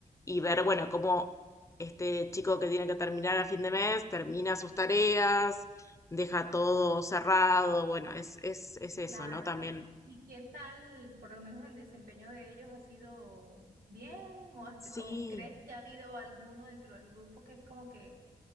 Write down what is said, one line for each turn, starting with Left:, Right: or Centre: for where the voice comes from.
Left: y ver, bueno, cómo este chico que tiene que terminar a fin de mes termina sus tareas, deja todo cerrado. Bueno, es, es, es eso,
Right: Claro,
Left: ¿no? También.
Right: ¿Y, y qué tal, por lo menos el desempeño de ellos ha sido bien o, has
Left: Sí.
Right: te- o crees que ha habido alguno dentro del grupo que es como que